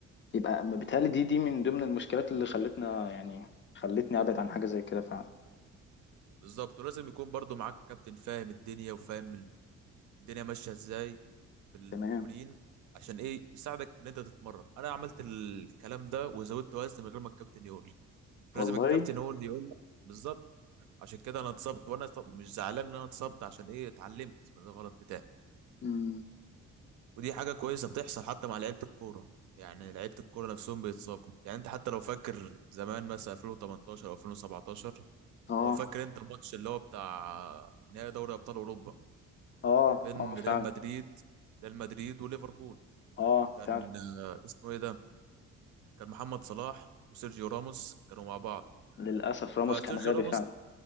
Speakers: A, on the left; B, on the right.
A: يبقى ما بيتهيألي دي دي من ضمن المشكلات اللي خلتنا يعني خلتني أبعد عن حاجة زي كده فعلا
B: بالظبط ولازم يكون برضو معاك كابتن فاهم الدنيا وفاهم ال- الدنيا ماشيه ازاي في التمرين
A: تمام
B: عشان ايه يساعدك ان انت تتمرن انا عملت الكلام ده وزودت وزن من غير ما الكابتن يقول لي
A: والله
B: فلازم الكابتن هو اللي يقول لك بالظبط عشان كده انا اتصبت وانا اتص- مش زعلان ان انا اتصبت عشان ايه اتعلمت من الغلط بتاعي
A: مم.
B: ودي حاجة كويسة بتحصل حتى مع لعيبة الكورة يعني لعيبة الكورة نفسهم بيتصابوا يعني انت حتى لو فاكر زمان مثلا 2018 او 2017
A: آه
B: لو فاكر انت الماتش اللي هو بتاع نهائي دوري ابطال اوروبا
A: آه
B: بين
A: آه
B: ريال
A: فعلا
B: مدريد ريال مدريد وليفربول
A: آه
B: كان
A: فعلا
B: آه، اسمه ايه ده كان محمد صلاح وسيرجيو راموس كانوا مع بعض
A: للأسف راموس
B: فسيرجيو
A: كان غبي
B: راموس
A: فعلا